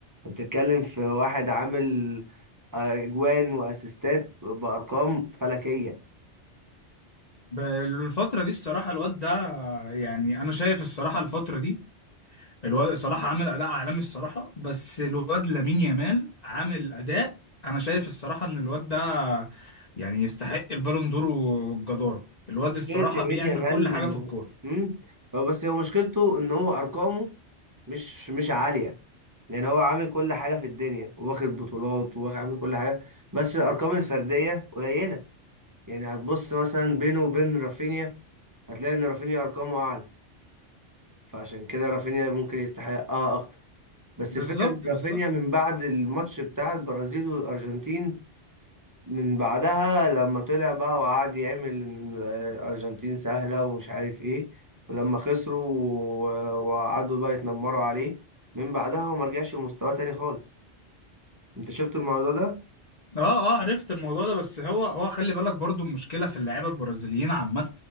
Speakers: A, on the right; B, on the left.
A: أنت بتتكلم في واحد عامل آه، أجوان وأسيستات بأرقام فلكية
B: ب- الفتره دي الصراحه الواد ده يعني انا شايف الصراحه الفتره دي الواد صلاح عامل اداء عالمي الصراحه بس الواد لامين يامال عامل اداء انا شايف الصراحه ان الواد ده يعني يستحق البالون دور وبجداره الواد
A: مشكلة
B: الصراحه
A: يمين
B: بيعمل
A: يامال
B: كل حاجه في الكوره
A: إنه- مم. هو بس هو مشكلته ان هو ارقامه مش مش عالية يعني هو عامل كل حاجة في الدنيا واخد بطولات وعامل كل حاجة بس الارقام الفردية قليلة يعني هتبص مثلا بينه وبين رافينيا هتلاقي ان رافينيا ارقامه اعلى فعشان كده رافينيا ممكن يستحقها اكتر بس
B: بالظبط
A: الفكرة ان رافينيا
B: بالظبط
A: من بعد الماتش بتاع البرازيل والارجنتين من بعدها لما طلع بقى وقعد يعمل إن أرجنتين سهلة ومش عارف إيه ولما خسروا و- وقعدوا بقى يتنمروا عليه من بعدها هو مرجعش لمستواه تاني خالص أنت شفت الموضوع ده؟
B: اه اه عرفت الموضوع ده بس هو هو خلي بالك برضو المشكله في اللعيبه البرازيليين عامه